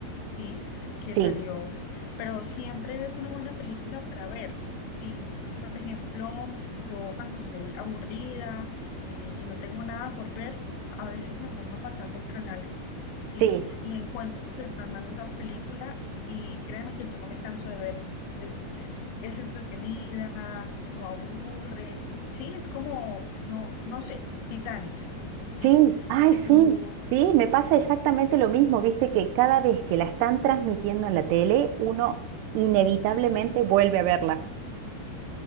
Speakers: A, on the left (about 85°); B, on the right (about 80°).
A: ¿sí? Que
B: Sí,
A: salió, pero siempre es una buena película para ver, ¿sí? Por ejemplo, yo cuando estoy aburrida eh, y no tengo nada por ver, a veces me pongo a pasar los canales, ¿sí?
B: sí.
A: Y encuentro que están dando esa película y créeme que yo no me canso de verla. Es, es entretenida, no aburre, ¿sí? Es como, no, no sé, Titanic, ¿sí?
B: Sí, ay,
A: Que
B: sí,
A: tú
B: sí, me pasa exactamente lo mismo, viste que cada vez que la están transmitiendo en la tele, uno inevitablemente vuelve a verla.